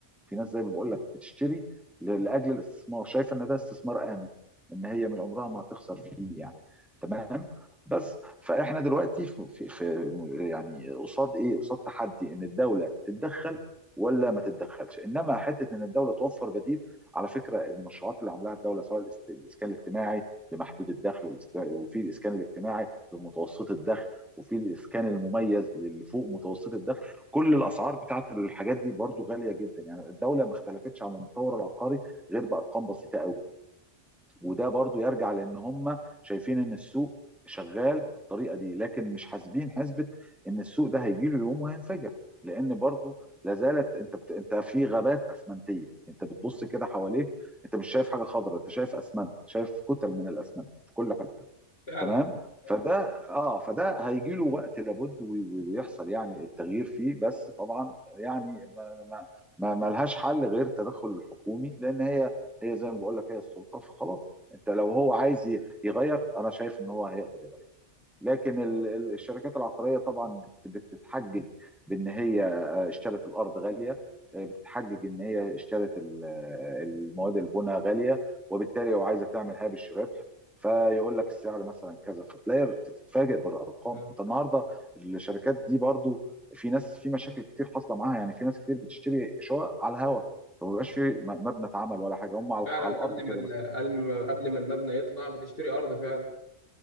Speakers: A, in the centre; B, on the left.
A: في ناس زي ما بقول لك بتشتري ل- لاجل الاستثمار شايفه ان ده استثمار امن ان هي من عمرها ما هتخسر فيه يعني تمام بس فاحنا دلوقتي في, في, في يعني قصاد ايه قصاد تحدي ان الدوله تتدخل ولا ما تتدخلش انما حته ان الدوله توفر بديل على فكره المشروعات اللي عاملاها الدوله سواء الاست- الاسكان الاجتماعي لمحدود الدخل والاست- وفي الاسكان الاجتماعي لمتوسط الدخل وفي الاسكان المميز للي فوق متوسط الدخل كل الاسعار بتاعت الحاجات دي برضو غاليه جدا يعني الدوله ما اختلفتش عن المطور العقاري غير بارقام بسيطه قوي وده برضو يرجع لان هم شايفين ان السوق شغال بالطريقه دي لكن مش حاسبين حسبه ان السوق ده هيجي له يوم وهينفجر لان برضو لا زالت انت بت... انت في غابات اسمنتيه انت بتبص كده حواليك انت مش شايف حاجه خضراء انت شايف اسمنت شايف كتل من الاسمنت في كل حته
B: فعلا
A: تمام
B: فعلا
A: فده اه فده هيجي له وقت لابد وي- وي- ويحصل يعني التغيير فيه بس طبعا يعني ما ما ما ما لهاش حل غير التدخل الحكومي لان هي هي زي ما بقول لك هي السلطه فخلاص انت لو هو عايز ي- يغير انا شايف ان هو هيقدر يغير لكن ال- ال- الشركات العقاريه طبعا بت- بتتحجج بان هي آه، اشترت الارض غاليه آه، بتتحجج ان هي اشترت ال- آه، المواد البناء غاليه وبالتالي لو عايزه تعمل هامش ربح فيقول لك السعر مثلا كذا فتلاقي بتتفاجئ بالارقام
B: آه.
A: انت النهارده الشركات دي برضو في ناس في مشاكل كتير حاصله معاها يعني في ناس كتير بتشتري شقق على الهوا ما بيبقاش في م- مبنى اتعمل ولا حاجه هم على
B: فعلا
A: على الارض
B: قبل
A: كده
B: ما ال-
A: بس
B: قبل ما المبنى يطلع بتشتري أرض فعلا